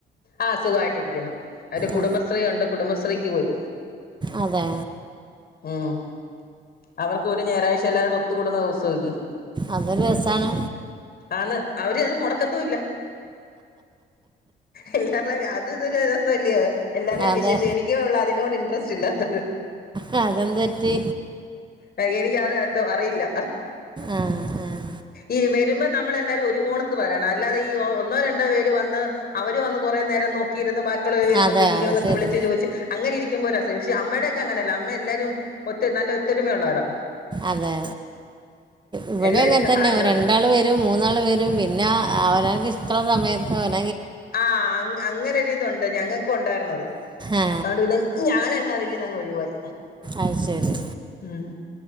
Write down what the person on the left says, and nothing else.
ആ സുഖമായിട്ടിര്ക്കുന്നു ഒര് കുടുംബശ്രീ
ഉണ്ട് കുടുംബശ്രീ ത്രേക്ക് പോയി
ഉം അവർക്ക് ഒരു ഞായറാഴ്ച എല്ലാവരുടെ ഒത്ത്കൂടുന്ന ദെവസംല്ലെ
അന്ന് അവര് അത് മുടക്കത്തു ഇല്ല ഇ ണം അത് ഇതൊരു രസല്ലിയോ എല്ലാര്ടേം
വിശേഷം എനിക്കെ ഒള്ളെ തിനോട് ഇൻട്രസ്റ്റ് ഇല്ലാത്തത്
അ എനിക്ക് അത് എന്തോ അറിയില്ല
ഈ വരുമ്പോ നമ്മളല്ലാരും ഒരുപോണക്ക് വരണം അല്ലാതെ ഈ ഒന്നോ രണ്ടോ പേര് വന്ന് അവര് വന്ന് കൊറേ നേരം നോക്കിയിര്ന്ന് ബാ കള് വരോ
വരില്ലയോന്നൊക്കെ‌
‌വിളിച്ച് ചോദിച്ച് അങ്ങനെയിരി ക്കുമ്പോ ഒരു രസാ പക്ഷെ അമ്മയുടെക്കെ അങ്ങനല്ല അമ്മ എല്ലാരും ഒറ്റ നല്ല ത്തൊരുമ ഉള്ളവരാ
എല്ലാരും
ഹാജരുണ്ട്
ആ അങ്ങ് അങ്ങനെരിതുണ്ട് ഞങ്ങ ക്കുണ്ടായിര്ന്നത്
<unintelligible> ഞാനെ തിലെന്നങ്ങ് ഒഴിവായി
ഉം